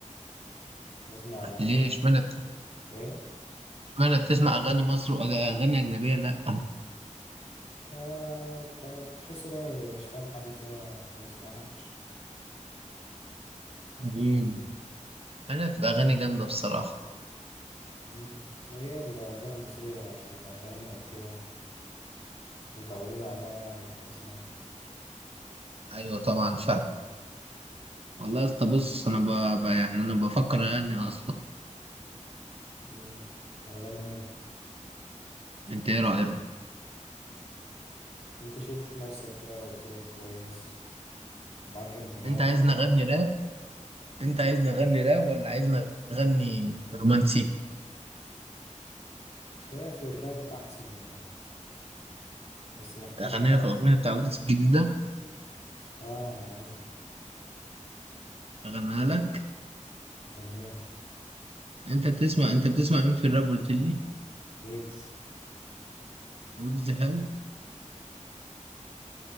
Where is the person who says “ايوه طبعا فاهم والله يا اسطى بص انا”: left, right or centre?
Right